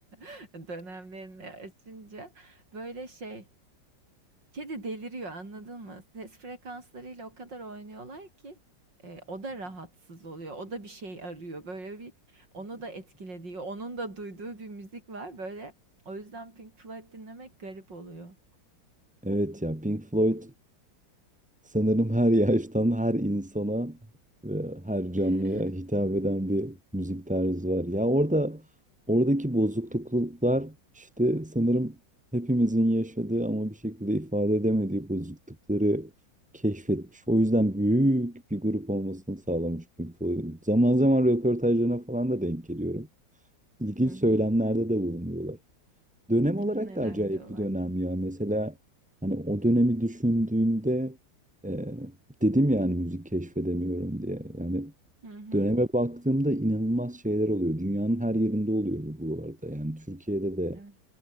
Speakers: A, on the right (about 70°); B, in the centre.
A: <laughs> dönemlerini açınca böyle şey, kedi deliriyor anladın mı? Ses frekanslarıyla o kadar oynuyorlar ki e, o da rahatsız oluyor. O da bir şey arıyor. Böyle bir onu da etkilediği, onun da duyduğu bir müzik var. Böyle o yüzden Pink Floyd dinlemek garip oluyor.
B: Evet ya Pink Floyd Sanırım her yaştan, her insana ve her
A: <laughs>
B: canlıya hitap eden bir müzik tarzı var. Ya orada oradaki bozukluklar işte sanırım hepimizin yaşadığı ama bir şekilde ifade edemediği bozuklukları keşfetmiş. O yüzden büyük bir grup olmasını sağlamış Pink Floyd. Zaman zaman röportajlarına falan da denk geliyorum. İlginç
A: Hı hı.
B: söylemlerde de bulunuyorlar. Dönem
A: Neler
B: olarak da acayip
A: diyorlar.
B: bir dönem ya. Mesela hani o dönemi düşündüğünde e, dedim yani müzik keşfedemiyorum diye. Yani
A: Hı hı.
B: döneme baktığımda inanılmaz şeyler oluyor. Dünyanın her yerinde oluyor bu bu arada. Yani Türkiye'de de
A: Evet.